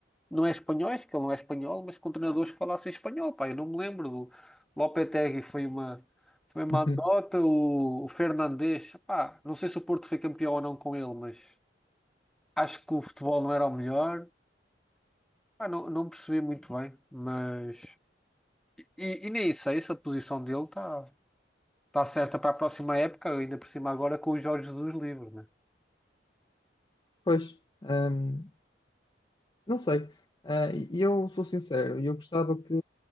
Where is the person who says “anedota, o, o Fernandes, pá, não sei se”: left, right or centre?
Centre